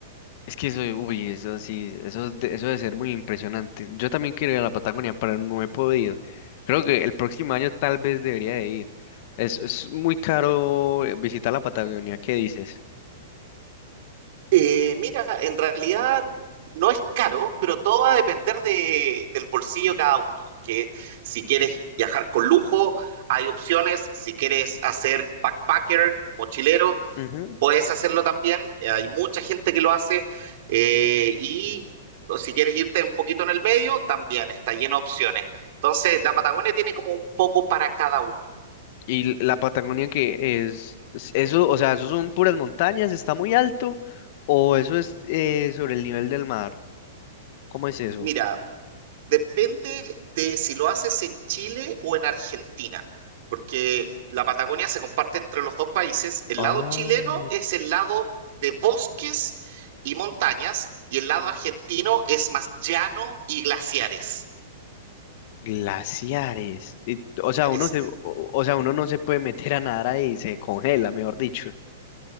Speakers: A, on the left (about 50°); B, on the right (about 55°).
A: es que eso, uy, eso sí, eso, de- eso debe ser muy impresionante. Yo también quiero ir a la Patagonia, pero no he podido. Creo que el próximo año tal vez debería de ir. Es, es muy caro eh, visitar la Patagonia, ¿qué dices?
B: Eh, mira, en realidad no es caro, pero todo va a depender de- del bolsillo de cada uno. Que si quieres viajar con lujo, hay opciones. Si quieres hacer backpacker, mochilero,
A: Ujú.
B: puedes hacerlo también. Eh, Hay mucha gente que lo hace. Eh, y o si quieres irte un poquito en el medio, también está lleno de opciones. Entonces, la Patagonia tiene como un poco para cada uno.
A: Y la Patagonia que es, es- eso, o sea, eso son puras montañas, está muy alto, o eso es eh, sobre el nivel del mar. ¿Cómo es eso?
B: Mira, depende de si lo haces en Chile o en Argentina, porque la Patagonia se comparte entre los dos países. El
A: Ah,
B: lado chileno es el lado de bosques y montañas, y el lado argentino es más llano y glaciares.
A: glaciares. Y, o sea,
B: Es,
A: uno se, o, o sea, uno no se puede meter a nadar ahí, se congela, mejor dicho.